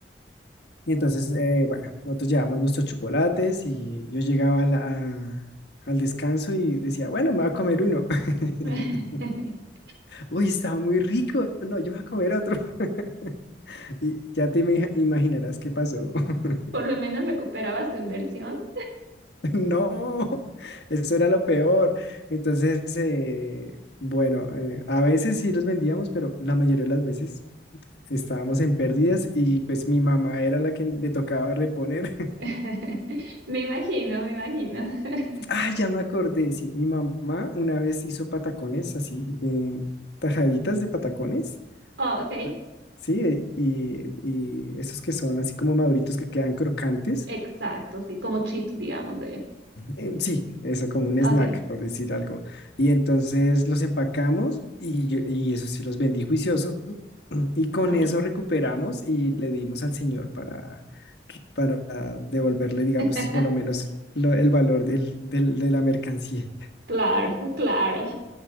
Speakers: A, on the left (about 70°); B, on the right (about 80°).
A: Y entonces, eh, bueno, nosotros llevamos nuestros chocolates y yo llegaba a la- a- al descanso y decía, bueno, me voy a comer uno. <laughs>
B: <laughs>
A: Uy, está muy rico. No, yo me voy a comer otro. <laughs> Y ya te ima- imaginarás qué pasó. <laughs>
B: Por lo menos recuperabas tu inversión.
A: No, eso era lo peor. Entonces, eh, bueno, eh, a veces sí los vendíamos, pero la mayoría de las veces estábamos en pérdidas y pues mi mamá era la que le tocaba reponer.
B: <laughs> Me imagino, me imagino. <laughs>
A: Ah, ya me acordé, sí. Mi mamá una vez hizo patacones así, eh, tajaditas de patacones.
B: Ah, ok.
A: ah, Sí, eh, y, y esos que son así como maduritos que quedan crocantes.
B: Exacto, sí, como chips, digamos,
A: Eh, sí, eso como un
B: Ok.
A: snack, por decir algo. Y entonces los empacamos y, yo- y eso sí los vendí juicioso <clears throat> Y con
B: Ah.
A: eso recuperamos y le dimos al señor para, para devolverle, digamos,
B: <laughs>
A: por lo menos lo- el valor del, del- de la mercancía.
B: Claro, claro.